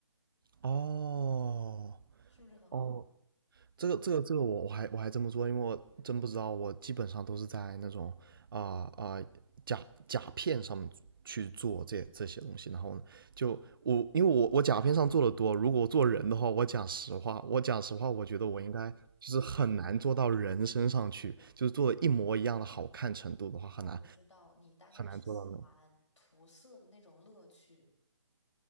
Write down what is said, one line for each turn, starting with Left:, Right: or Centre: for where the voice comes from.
Right: 哦
Left: 是不是很好玩？
Right: 哦，这个这个这个我我还我还真不知道，因为我真不知道，我基本上都是在那种啊啊、呃呃甲甲片上面去做这这些东西，然后呢，就我因为我我甲片上做的多，如果我做人的话，我讲实话，我讲实话，我觉得我应该就是很难做到人身上去，就是做的一模一样的好看程度的话，很难
Left: 那我知道你大概是喜欢涂色的那种乐趣，
Right: 很难做到那。